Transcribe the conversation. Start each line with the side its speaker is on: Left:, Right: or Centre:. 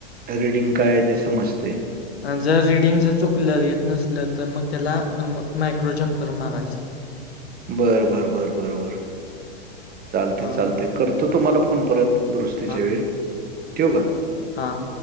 Right: रीडिंग काय आहे ते समजतय.
Left: जर रिडिंग जर चुकलं. येत नसलं तर मग त्याला मायक्रोजंपर मारायच.
Right: बरं बरं बरं बरं बरं. चालते
Left: हां
Right: चालते. करतो तुम्हाला फोन परत. दुरुस्तीच्या
Left: हां
Right: वेळी. ठेवू का?
Left: हां.